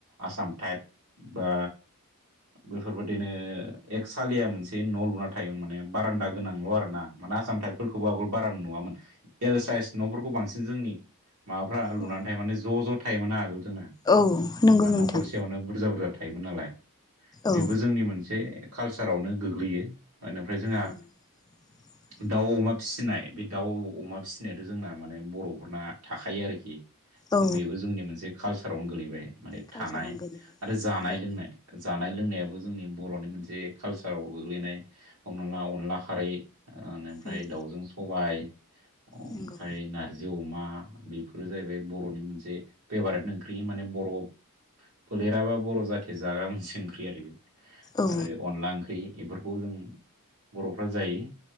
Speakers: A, on the right (about 75°); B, on the left (about 15°).
A: आसाम टाइट बा बेफोरबायदिनो एकसालिया मोनसे न' लुना थायोमोन माने। बारान्दा गोनांल' आरो ना। मानो आसाम थटाइपफोरखौबो आगोल बारा नुआमोन। एल साइस न'फोरखौ बांसिन जोंनि माबाफ्रा लुनानै
B: औ
A: थायो माने ज' ज' थायो मोना आगोल जोंना
B: औ नंगौ
A: हमना
B: नोंथां
A: न'खरसेयावनो बुरजा बुरजा थायोमोन नालाय
B: औ
A: बेबो जोंनि मोनसे कालचारावनो गोग्लैयो मानो फ्राय जोंहा
B: औ <inaudible>
A: दाउ अमा फिसिनाय बे दाउ अमा फिसिनायाथ' जोंना माने बर'फोरना थाखायो आरोखि।
B: औ
A: बेबो जोंनि मोनसे कालसारावनो गोलैबाय माने
B: कालसारावनो
A: थानाय
B: गोलैयो
A: आरो जानाय
B: औ
A: लोंनाय। जानाय लोंनायाबो जोंनि बर'नि मोनसे कालसाराव गोग्लैनाय हमनान ला अनला खारै ओनिफ्राय
B: उम
A: दाउजों सबाय अमफाय
B: नंगौ
A: नार जि अमा बेफोरो जाहैबाय बर'नि मोनसे फेभारेट ओंख्रि माने बर' फोलेराबा बर' जाथिया जाग्रा मोनसे ओंख्रि आरो बे।
B: औ
A: आरो अनला ओंख्रि एफोरखौ जों बर'फ्रा जायो।